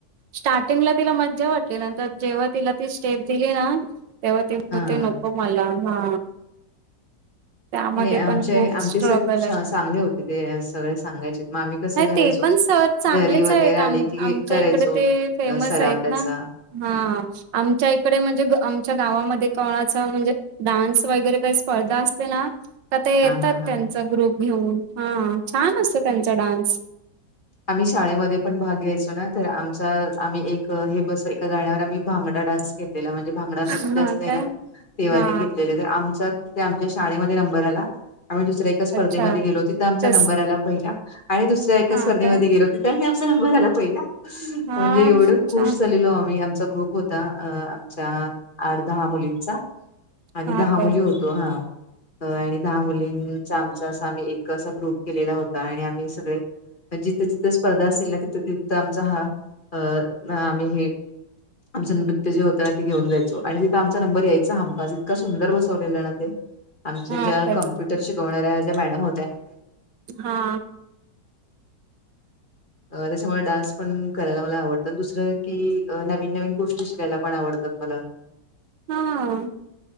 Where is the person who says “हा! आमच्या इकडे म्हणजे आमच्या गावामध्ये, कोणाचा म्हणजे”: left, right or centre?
Right